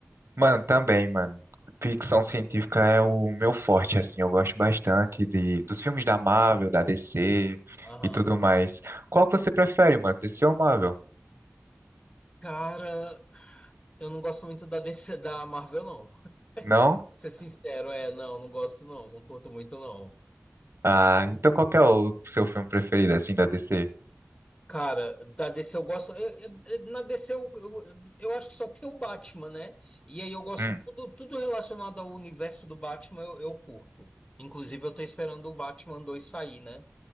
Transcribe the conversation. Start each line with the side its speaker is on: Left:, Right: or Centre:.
Right: Mano, também, mano. Ficção científica é o meu forte, assim. Eu gosto bastante de, dos filmes da Marvel, da DC
Left: Aham.
Right: e tudo mais. Qual que você prefere, mano? DC ou Marvel?
Left: Cara, eu não gosto muito da DC da Marvel, não. Pra
Right: Não?
Left: Ser sincero, é, não, não gosto não, não curto muito não.
Right: Ah, então qual que é o seu filme preferido, assim, da DC?
Left: Cara, da DC eu gosto. eu- eu- eu- na DC eu, eu, eu acho que só tem o Batman, né? E aí eu gosto
Right: Hum.
Left: tudo, tudo relacionado ao universo do Batman, eu, eu curto. Inclusive, eu tô esperando o Batman 2 sair, né?